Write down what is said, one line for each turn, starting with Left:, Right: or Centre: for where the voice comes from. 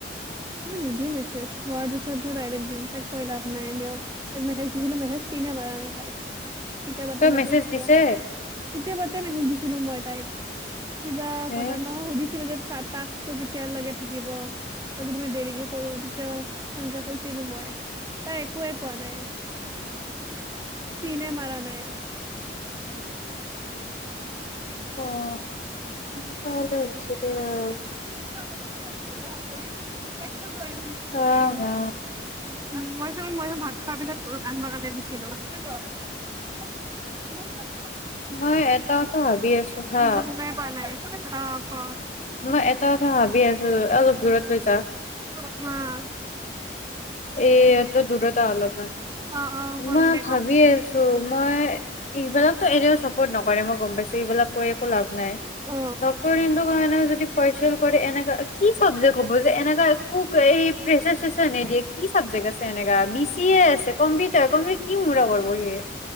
Right: মই নিদিও মেছেজ হোৱাৰ পিছত হে ডাইৰেক্ট দিম, তাইক কৈ লাভ নাই এনেও, তাইক মেছেজ দিছিলো মেছেজ চীন এ মাৰা নাই তাই। কেতিয়াবাতে
Left: তই
Right: মেছেজ
Left: দিছে
Right: দিয়া, কেতিয়াবাতে মেছেজ দিছিলো মই তাইক। কিবা
Left: এ
Right: কথাত নহয় সুধিছিলো যে কাত তাস্কটো কেতিয়াৰ লৈকে থাকিব। যদি মই দেৰিকে কৰো তেতিয়াও সেনেকা কৈছিলো মই, তাই একোৱে কোৱা নাই, চিনে মাৰা নাই।
Left: অ'। <unintelligible> <unintelligible>
Right: <unintelligible> <unintelligible> <unintelligible> <unintelligible> মই <unintelligible>
Left: অ হা,
Right: মই হে ভাত খোৱাৰ পিছত আনিবা কাৰণে দিছিলো। <unintelligible>
Left: মই এটা কথা ভাবি আছো। হা
Right: বহু নাই প নাই মানে <unintelligible>
Left: মই এটা কথা ভাব আছো অলপ দূৰত লৈ যা
Right: অ
Left: এ অত দূৰৰত অলপমান
Right: অ অ হ'ল
Left: ম মই
Right: দে
Left: ভাবি
Right: গ'ল।
Left: আছো মই ইবিলাকতো এনেও চাপৰ্ট নকৰে মই গম পাইছো ইবিলাক কৈ একো লাভ নাই
Right: অ
Left: ডক্তৰ <unintelligible> কোৱা এনে যদি ফচল কৰে এনেকা কি চাবজেক্ট হ'ব যে এনেকা কুক এই প্ৰেচাৰ চেচাৰ নিদিয়ে কি চাবজেক্ট আছে এনেকা বি চি এ আছে কম্পিউটাৰ কম্পিউটাৰ কি <unintelligible> <unintelligible>